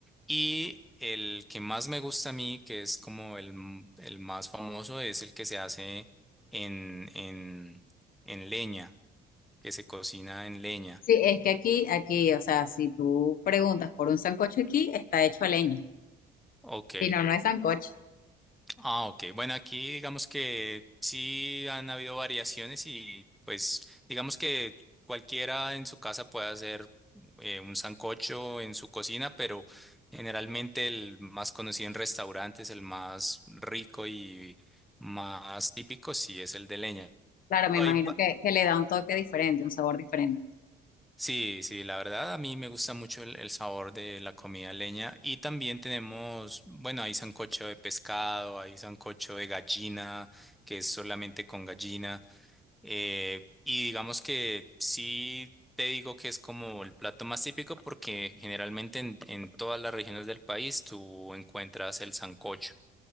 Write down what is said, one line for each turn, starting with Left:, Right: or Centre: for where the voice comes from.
Centre: Y el que más me gusta a mí, que es como el, m- el más famoso, es el que se hace en, en, en leña, que se cocina en leña.
Left: Sí, es que aquí, aquí, o sea, si tú preguntas por un sancocho aquí, está hecho a leña,
Centre: Ok,
Left: si no, no es sancocho.
Centre: Ah, ok. Bueno, aquí digamos que sí han habido variaciones y pues digamos que cualquiera en su casa puede hacer eh, un sancocho en su cocina, pero generalmente el más conocido en restaurantes, el más rico y más típico, sí es el de leña.
Left: Claro, me
Centre: Hay
Left: imagino que, que le da un toque diferente, un sabor diferente.
Centre: Sí, sí, la verdad a mí me gusta mucho el, el sabor de la comida leña y también tenemos, bueno, hay sancocho de pescado, hay sancocho de gallina, que es solamente con gallina. eh, y digamos que sí te digo que es como el plato más típico porque generalmente en, en todas las regiones del país tú encuentras el sancocho.